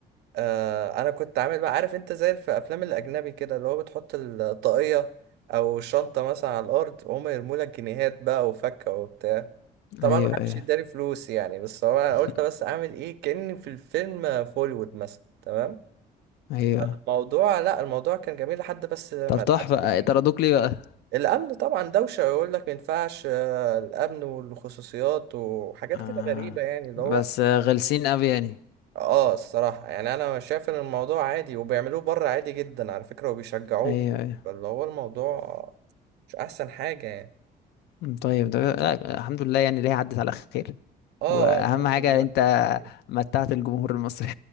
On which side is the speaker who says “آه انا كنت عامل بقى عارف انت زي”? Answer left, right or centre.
Right